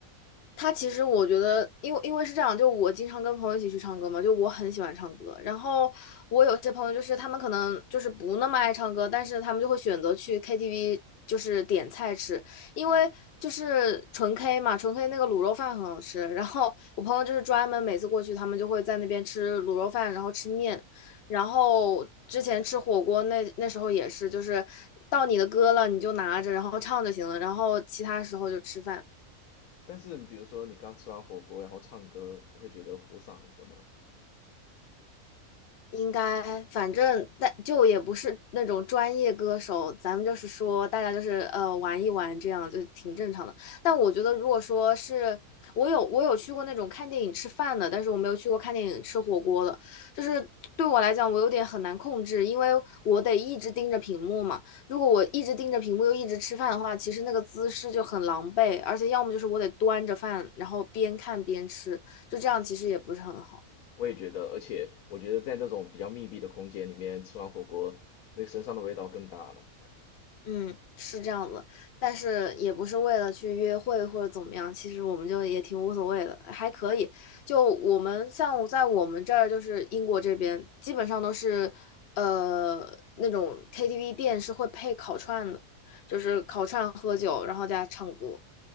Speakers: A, on the left; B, on the left.
A: 他其实我觉得，因为因为是这样，就我经常跟朋友一起去唱歌嘛，就我很喜欢唱歌。然后我有些朋友就是他们可能就是不那么爱唱歌，但是他们就会选择去 KTV，就是点菜吃，因为就是纯 K 嘛，纯 K 那个卤肉饭很好吃。然后我朋友就是专门每次过去，他们就会在那边吃卤肉饭，然后吃面，然后之前吃火锅那那时候也是，就是到你的歌了你就拿着，然后唱就行了，然后其他时候就吃饭。
B: <laughs> 但是比如说你刚吃完火锅，然后唱歌，不会觉得糊嗓子吗？
A: 应该，反正但就也不是那种专业歌手，咱们就是说大家就是呃玩一玩，这样就挺正常的。但我觉得，如果说是我有我有去过那种看电影吃饭的，但是我没有去过看电影吃火锅的，就是对我来讲，我有点很难控制，因为我得一直盯着屏幕嘛。如果我一直盯着屏幕又一直吃饭的话，其实那个姿势就很狼狈，而且要么就是我得端着饭，然后边看边吃，就这样其实也不是很好。
B: 我也觉得，而且我觉得在那种比较密闭的空间里面吃完火锅，那个身上的味道更大了。
A: 嗯，是这样子，但是也不是为了去约会或者怎么样，其实我们就也挺无所谓的，还可以。就我们像在我们这儿，就是英国这边，基本上都是呃那种 KTV 店是会配烤串的，就是烤串喝酒，然后加唱歌。